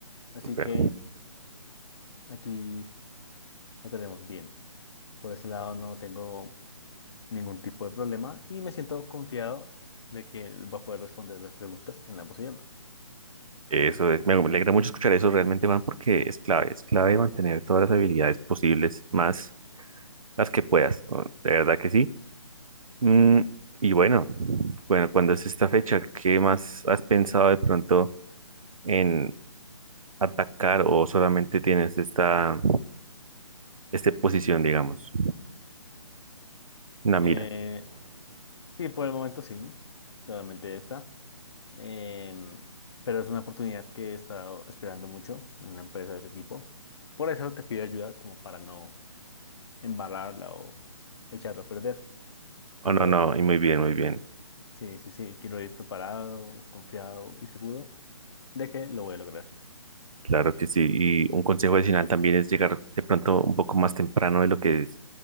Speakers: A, on the left; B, on the right.
A: Así
B: Súper.
A: que aquí lo tenemos bien. Por ese lado no tengo ningún tipo de problema y me siento confiado de que él va a poder responder las preguntas en ambos idiomas.
B: Eso es, me alegra mucho escuchar eso realmente, Juan, porque es clave, es clave mantener todas las habilidades posibles, más las que puedas, ¿no? De verdad que sí. Mm, y bueno, bueno, ¿cuándo es esta fecha? ¿Qué más has pensado de pronto en, atacar o solamente tienes esta, esta posición, digamos, una mira.
A: Eh, Sí, por el momento sí, solamente esta. Em, pero es una oportunidad que he estado esperando mucho en una empresa de ese tipo. Por eso te pido ayuda como para no embarrarla o echarla a perder. Quiero,
B: Oh, no, no, y muy bien, muy bien.
A: sí, sí, sí, quiero ir preparado, confiado y seguro de que lo voy a lograr.
B: Claro que sí. Y un consejo adicional también es llegar de pronto un poco más temprano de lo que es